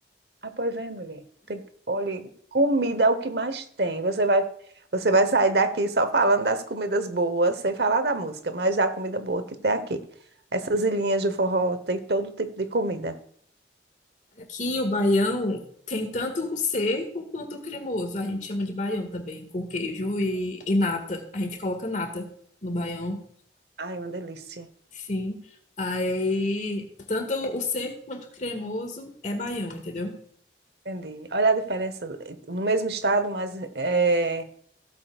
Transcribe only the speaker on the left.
Aqui o baião tem tanto o seco quanto o cremoso. A gente chama de baião também, com queijo e, e nata. A gente coloca nata no baião,
sim. Aí, tanto o seco quanto o cremoso é baião, entendeu?